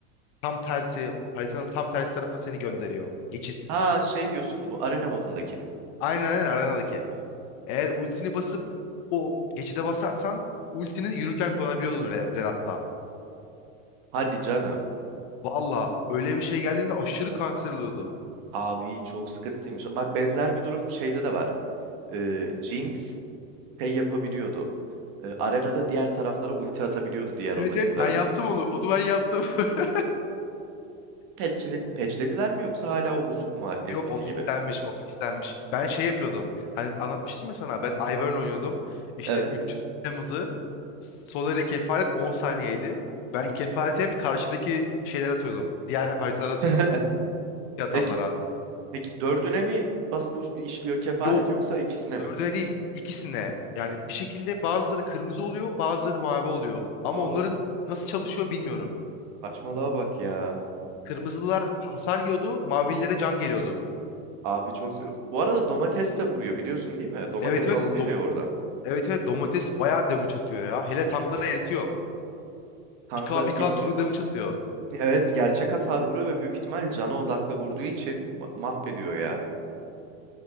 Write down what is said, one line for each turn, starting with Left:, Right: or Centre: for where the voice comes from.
Left: tam tersi haritanın tam tersi tarafa seni gönderiyor. Geçit.
Right: Ha şey diyorsun bu arena modundakini.
Left: Aynen aynen arenadaki. Eğer ultini basıp o geçide basarsan ultini yürürken kullanabiliyordun Re- Zerat'ta.
Right: Hadi canım.
Left: Valla öyle bir şey geldiğinde aşırı kanser oluyordu.
Right: Abi çok sıkıntıymış. Bak benzer bir durum şeyde de var. E, Jinx şey yapabiliyordu. E, arenada diğer taraflara ulti atabiliyordu diğer odacıklara.
Left: Evet evet ben yaptım onu. Onu ben yaptım. <laughs>
Right: patch'le- patch'lediler mi yoksa hala o bozuk mu
Left: Yok
Right: eskisi
Left: o fixlenmiş,
Right: gibi?
Left: o fixlenmiş. Ben şey yapıyordum. Hani anlatmıştım ya sana. Ben Ivern oynuyordum. İşte
Right: Evet.
Left: 300 Temmuz'u Solary kefaret 10 saniyeydi. Ben kefareti hep karşıdaki şeyler atıyordum. Diğer haritalara atıyordum.
Right: <laughs>
Left: Yatanlara.
Right: Peki peki dördüne mi bas bu işliyor kefaret
Left: Yok.
Right: yoksa ikisine mi?
Left: Dördüne değil. ikisine. Yani bir şekilde bazıları kırmızı oluyor, bazıları mavi oluyor. Ama
Right: Allah'ım
Left: onların nasıl çalışıyor bilmiyorum.
Right: saçmalığa bak ya.
Left: Kırmızılar hasar yiyordu, mavililere can geliyordu.
Right: Abi çok bu arada domates de vuruyor biliyorsun değil mi? Domates
Left: Evet evet
Right: alınıyor
Left: dom-
Right: ya orada.
Left: Evet evet domates bayağı damage atıyor ya. Hele tankları eritiyor.
Right: Tankla
Left: 1K 1K
Right: ge-
Left: turu damage atıyor.
Right: evet gerçek hasar vuruyor ve büyük ihtimal cana odaklı vurduğu için ma- mahvediyor ya.